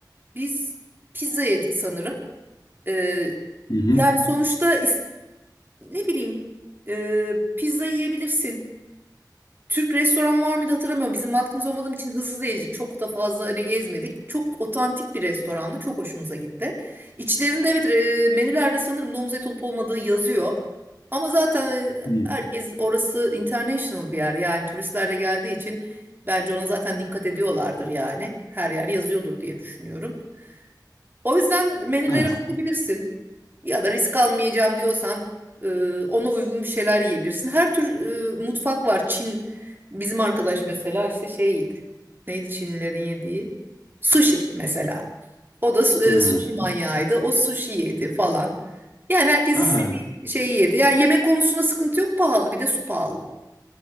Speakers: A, on the right; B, on the left.
A: biz pizza yedik sanırım. E,
B: Hı hı.
A: yani sonuçta is- ne bileyim e, pizza yiyebilirsin. Türk restoran var mıydı hatırlamıyorum. Bizim vaktimiz olmadığım için hızlı da gezdik. Çok da fazla hani gezmedik. Çok otantik bir restorandı. Çok hoşumuza gitti. İçlerinde evet e, menülerde sanırım domuz eti olup olmadığı yazıyor. Ama zaten e,
B: Hı.
A: herkes orası international bir yer. Yani turistler de geldiği için bence ona zaten dikkat ediyorlardır yani. Her yer yazıyordur diye düşünüyorum. O yüzden menülere
B: Ha, s-
A: bakabilirsin. Ya da risk almayacağım diyorsan e, ona uygun bir şeyler yiyebilirsin. Her tür e, mutfak var. Çin bizim arkadaş mesela işte şey yedi. Neydi Çinlilerin yediği? Sushi mesela. O da su- e,
B: ha.
A: sushi manyağıydı. O sushi yedi falan. Yani herkes
B: Ha,
A: istediği şeyi yedi. Yani yemek konusunda sıkıntı yok pahalı bir de su pahalı.